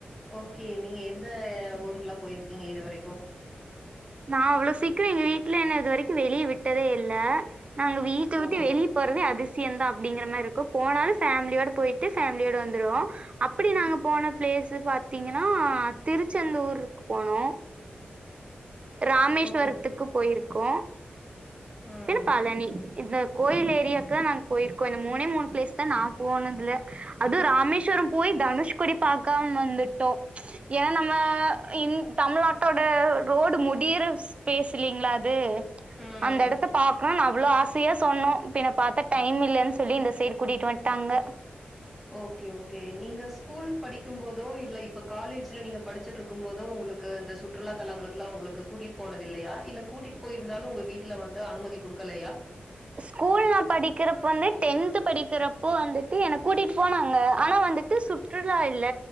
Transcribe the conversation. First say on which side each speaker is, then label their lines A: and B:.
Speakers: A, in the centre; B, on the right (about 30°).
A: ஓகே நீங்க எந்த ஊருக்லா பொயிருக்கீங்க இது வரைக்கு
B: நா அவ்ளோ சீக்ரோ எங்க வீட்ல என்ன இது வரைக்கு வெளியே விட்டதே இல்ல நாங்க வீட்ட விட்டு
A: ஓ
B: வெளிய போறதே அதிசயந்தா அப்டிங்ற மாரி இருக்கு போனாலு ஃபேம்லியோட பொயிட்டு ஃபேம்லியோட வந்துடுவோ அப்பிடி நாங்க போன பிளேஸ் பாத்திங்கினா திருச்செந்தூருக்கு போனோ ராமேஸ்வரத்துக்கு
A: ஓகே
B: பொயிருக்கோ
A: ம்
B: பின்ன பழனி இந்த கோயில் ஏரியாக்குதா நாங்க பொயிருக்கோ இந்த மூணே மூணு பிளேஸ்தா நா போனதுல அது ராமேஸ்வரோபோய் தனுஷ்கோடி பாக்காம வந்துட்டோ ஏனா நம்ம இன் தமிழ்நாட்டோட ரோடு முடியிற இஸ் ப்ளேஸ் இலீங்ளா அது
A: ம்
B: அந்த எடத் பாக்கணு நா அவ்ளோ ஆசையா சொன்னேபின்ன பாத்தா டைம் இல்லன்னு சொல்லி இந்த சைட் கூட்டிட்டு வந்துட்டாங்க
A: ஓகே ஓகே நீங்க ஸ்கூல் படிக்கு போதோ இல்ல இப்ப காலேஜ்ல நீங்க படிச்சிட் ருக்கும்போதோ உங்ளுக்கு இந்த சுற்றுலா தலங்களுக்குல்லா உங்ளுக்கு கூட்டிட்டு போனது இல்லையா இல்ல கூட்டிட்டு பொயிருந்தாலு உங்க வீட் வீட்ல வந்து அனுமதி குடுக்கலையா
B: ஸ்கூல்ல படிக்கிறப்போ வந்து டென்த் படிக்கிறப்போ வந்துட்டு என கூட்டிட்டு போனாங்க ஆனா வந்துட் டு சுற்றுலா இல்ல